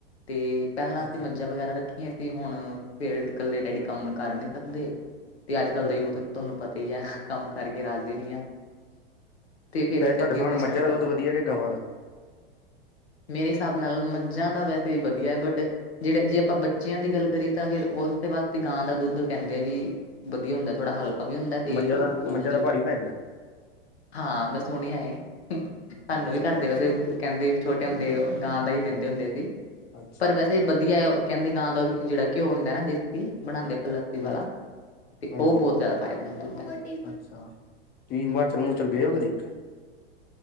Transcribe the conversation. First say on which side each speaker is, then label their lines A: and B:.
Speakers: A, on the left; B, on the left.
A: ਤੇ ਪਹਿਲਾਂ ਅਸੀਂ
B: ਅੱਛਾ
A: ਮੱਝਾਂ ਵਗੈਰਾ ਰੱਖੀਆਂ ਸੀ। ਹੁਣ ਫੇਰ ਇਕੱਲੇ ਡੈਡੀ ਕੰਮ ਕਰ ਨੀ ਸਕਦੇ। ਤੇ ਅੱਜ
B: ਹੂੰ
A: ਕੱਲ੍ਹ ਦਾ ਯੂਥ ਤੁਹਾਨੂੰ ਪਤਾ ਹੀ ਆ, ਕੰਮ ਕਰਕੇ ਰਾਜ਼ੀ ਨਹੀ ਆ। ਅਤੇ ਫਿਰ
B: ਪੈ
A: ਇਸ
B: ਤੁਹਾਡੇ
A: ਕਰਕੇ
B: ਸਾਮਣੇ
A: ਅਸੀਂ ਛੱਡਤਾ
B: ਮੱਝਾਂ ਦਾ ਦੁੱਧ
A: ਸੀ
B: ਵਧੀਆ ਤੇ ਗਾਵਾਂ ਦਾ।
A: ਮੇਰੇ ਹਿਸਾਬ ਨਾਲ ਮੱਝਾਂ ਦਾ ਵੈਸੇ ਵਧੀਆ ਹੈ ਬਟ ਜਿਹੜੇ ਜੇ ਆਪਾਂ ਬੱਚਿਆਂ ਦੀ ਗੱਲ ਕਰੀਏ ਤਾਂ ਫੇਰ ਉਸਦੇ ਵਾਸਤੇ ਗਾਂ ਦਾ ਦੁੱਧ ਕਹਿੰਦੇ ਆ ਜੀ ਵਧੀਆ ਹੁੰਦਾ ਥੋੜ੍ਹਾ ਹਲਕਾ ਵੀ ਹੁੰਦਾ ਅਤੇ
B: ਮੱਝਾਂ
A: ਉਹ
B: ਦਾ ਮੱਝਾਂ
A: ਮਤਲਬ
B: ਦਾ ਭਾਰੀ ਪੈ ਜਾਂਦਾ
A: ਹਾਂ ਮੈਂ ਸੁਣਿਆ ਏ ਸਾਨੂੰ
B: ਅੱਛਾ
A: ਵੀ ਕਰਦੇ ਵੈਸੇ ਕਹਿੰਦੇ ਵੀ ਛੋਟੇ ਹੁੰਦੇ ਗਾਂ ਦਾ ਹੀ ਦਿੰਦੇ ਹੁੰਦੇ ਸੀ।
B: ਅੱਛਾ
A: ਪਰ ਵੈਸੇ ਵਧੀਆ ਕਹਿੰਦੇ ਗਾਂ ਦਾ ਜਿਹੜਾ ਘਿਓ ਹੁੰਦਾ ਨਾ ਦੇਸੀ ਬਣਾਦੇ ਫ ਲੱਸੀ
B: ਹੂੰ
A: ਵਾਲਾ ਤੇ
B: ਹਾਂਜੀ
A: ਉਹ ਬਹੁਤ ਜ਼ਿਆਦਾ ਫਾਇਦਾ <unintelligible>
B: ਅੱਛਾ, ਤੁਸੀਂ ਹਿਮਾਚਲ--ਹਿਮੂਚਲ ਗਏ ਹੋ ਕਦੀ?